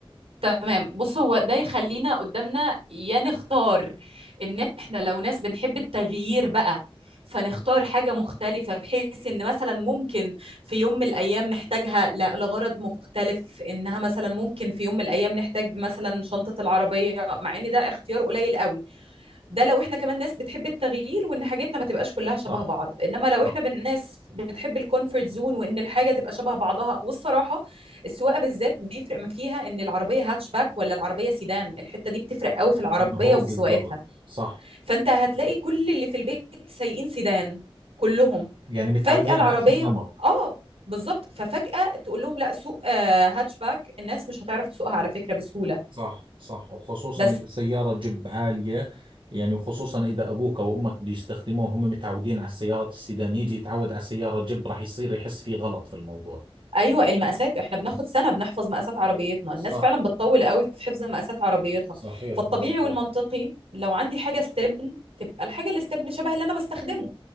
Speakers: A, on the right; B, on the right.
A: تمام بص هو ده يخلينا قدامنا يا نختار ان احنا لو ناس بنحب التغيير بقى فنختار حاجة مختلفة بحيث ان مثلا ممكن في يوم من الايام نحتاجها ل- لغرض مختلف انها مثلا ممكن في يوم من الايام نحتاج مثلا شنطة العربية مع ان ده اختيار قليل قوي ده لو احنا كمان ناس بتحب التغيير وان حاجتنا ما تبقاش كلها شبه
B: صح
A: بعض انما لو احنا
B: صح
A: بن- ناس بتحب الكونفورت زون وان الحاجه تبقى شبه بعضها والصراحه السواقه بالذات بيفرق ما فيها ان العربيه هاتشباك ولا العربيه سيدان الحته دي بتفرق قوي في العربيه
B: ما هو
A: وفي
B: بالضبط
A: سواقتها
B: صح
A: فانت هتلاقي كل اللي في البيت سايقين سيدان كلهم
B: يعني متعودين
A: فجاه العربيه
B: على نفس النمط
A: اه بالظبط ففجاه تقول لهم لا سوق آه، هاتشباك الناس مش هتعرف تسوقها على فكره بسهوله
B: صح صح وخصوصا
A: بس
B: إذا السيارة جيب عالية يعني وخصوصا إذا أبوك أو أمك بده يستخدموه هم متعودين على السيارات السيدان يجي يتعود على سيارة جيب راح يصير يحس في غلط في الموضوع
A: ايوه المقاسات احنا بناخد سنه بنحفظ مقاسات عربيتنا الناس
B: صح
A: فعلا بتطول قوي في حفظ مقاسات عربيتها
B: صحيح
A: فالطبيعي
B: مزبوط
A: والمنطقي لو عندي حاجه استبن تبقى الحاجه اللي استبن شبه اللي انا بستخدمه